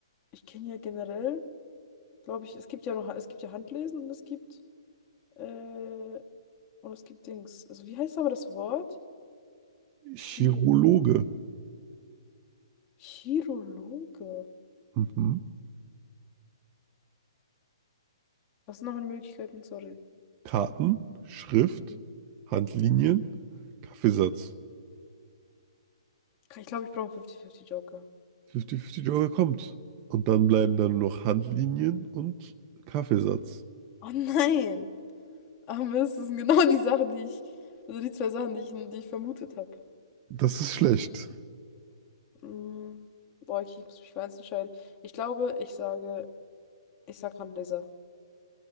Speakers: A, on the left (about 30°); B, on the right (about 30°).
A: ich kenne ja generell, glaube ich, es gibt ja noch, es gibt ja Handlesen und es gibt, äh, und es gibt Dings. Also, wie heißt aber das Wort?
B: Chirologe.
A: Chi Chirologe.
B: Mhm.
A: Was sind nochmal die Möglichkeiten? Sorry.
B: Karten, Schrift,
A: Mhm.
B: Handlinien, Kaffeesatz.
A: Ich glaube, ich brauche einen fünfzig 50 Joker.
B: 50-50 Joker kommt. Und dann bleiben dann nur noch Handlinien und Kaffeesatz.
A: Oh nein! Ah, Mist, das sind genau <laughs> die Sachen, die ich, also die zwei Sachen, die ich, die ich vermutet habe.
B: Das ist schlecht.
A: Mm, boah, ich muss mich für eins entscheiden. Ich glaube, ich sage, ich sag Handleser.